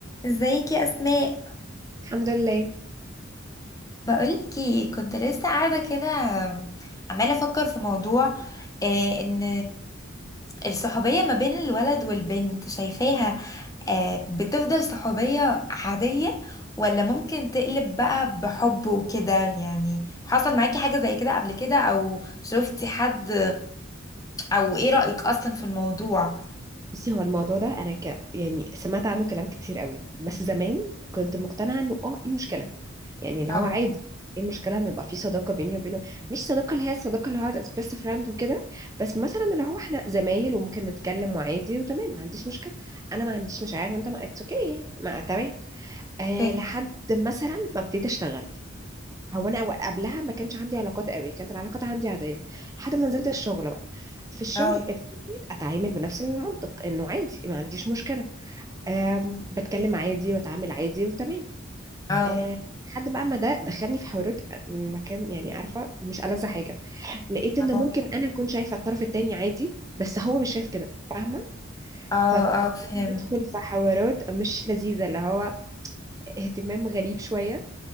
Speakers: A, on the left (about 15°); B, on the right (about 15°).
A: ازيك يا اسماء
B: الحمد لله
A: بقولك ايه كنت لسه قاعده كده عماله افكر في موضوع آه ان الصحوبيه ما بين الولد والبنت شايفاها آه بتفضل صحوبيه عاديه ولا ممكن تقلب بقى بحب وكده يعني حصل معاكي حاجه زي كده قبل كده او شفتي حد او ايه رأيك اصلا في الموضوع
B: بصي هو الموضوع ده انا ك... يعني سمعت عنه كلام كتير قوي بس زمان كنت مقتنعه انه اه ايه المشكله يعني اللي
A: اه
B: هو عادي ايه المشكله ان يبقى في صداقه بيني وبينه مش صداقه اللي هي الصداقه اللي هو بيست فريند وكده بس مثلا اللي هو احنا زمايل وممكن نتكلم وعادي وتمام ما عنديش مشكله انا ما عنديش مشاعر وانت ما اتس اوكي يعني ما تمام آه
A: اوكي
B: لحد مثلا ما ابتديت اشتغل هو انا قبلها ما كانش عندي علاقات قوي كانت العلاقات عندي عاديه لحد ما نزلت الشغل بقى في الشغل
A: اه
B: ابتديت اتعامل بنفس المنطق انه عادي ما عنديش مشكله أم بتكلم عادي واتعامل عادي وتمام
A: اه
B: أه لحد بقى ما ده دخلني في حوارات آه، مكان يعني عارفه مش ألذ حاجه لقيت ان
A: اه
B: ممكن انا اكون شايفه الطرف التاني عادي بس هو مش شايف كده فاهمه
A: اه
B: فبدأنا
A: اه فهمت
B: ندخل في حوارات مش لذيذه اللي هو اهتمام غريب شويه